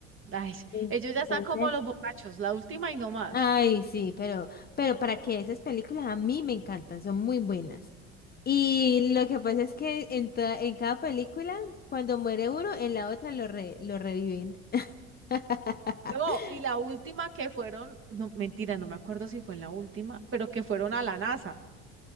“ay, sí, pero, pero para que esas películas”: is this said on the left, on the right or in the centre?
Left